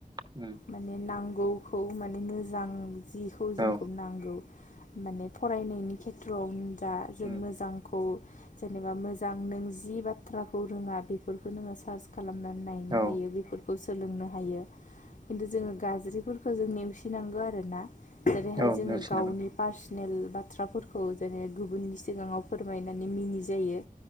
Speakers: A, on the right; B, on the left.
A: उम
B: माने नांगौखौ मा मोजां जिखौ जोंखौ
A: औ
B: नांगौ माने फरायनायनि खेथ्र'आव <unintelligible> जों
A: उम
B: मोजांखौ जेनेबा मो जां नों जि बाथ्राखौ रोङा बेफोरखो नोङो सार्च खालामनानै नायनो
A: औ
B: हायो बेफोर खौ सोलोंनो हायो। खिन्थु जोङो गाज्रिफोरखो जों नेवसिनांगो आरो ना। जेरैहाय
A: औ
B: जोङो
A: नेवसिनो
B: गावनि
A: हागोन
B: पार्सनेल बाथ्राफोरख' जेरै गुबुननि सिगाङाव फोरमायनानै मिनि जायो।